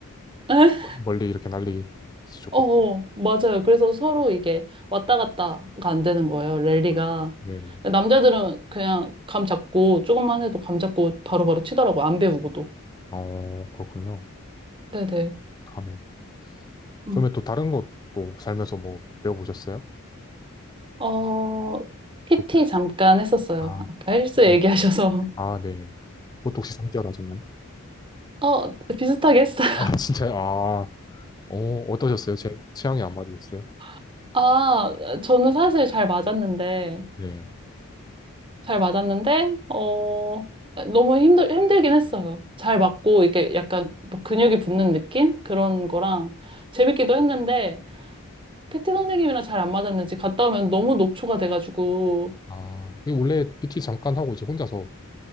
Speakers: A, on the right; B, on the left.
A: 에?
B: 멀리 이렇게 날리시죠.
A: 어,
B: 보-
A: 어, 맞아요. 그래서 서로 이게 왔다 갔다가 안 되는 거예요, 랠리가.
B: 아, 네.
A: 남자들은 그냥 감 잡고, 조금만 해도 감 잡고 바로바로 치더라고요. 안 배우고도.
B: 어 그렇군요.
A: 네네.
B: 다음에
A: 음.
B: 그러면 또 다른 것도 살면서 뭐 배워보셨어요?
A: 어, PT
B: 독-
A: 잠깐 했었어요.
B: 아,
A: 아까 헬스 얘기하셔서.
B: 네. 아, 네. 그것도 혹시 3개월 하셨나요?
A: <laughs> 어, 비슷하게 했어요.
B: 아, 진짜요? 아, 어, 어떠셨어요? 제 취향이 안 맞으셨어요?
A: <laughs> 아, 저는 사실 잘 맞았는데,
B: 네.
A: 잘 맞았는데, 어, 너무 힘들, 힘들긴 했어요. 잘 맞고, 이게 약간 막 근육이 붙는 느낌? 그런 거랑 재밌기도 했는데, PT 선생님이랑 잘 안 맞았는지 갔다 오면 너무 녹초가 돼가지고,
B: 아, 그게 원래 PT 잠깐 하고 이제 혼자서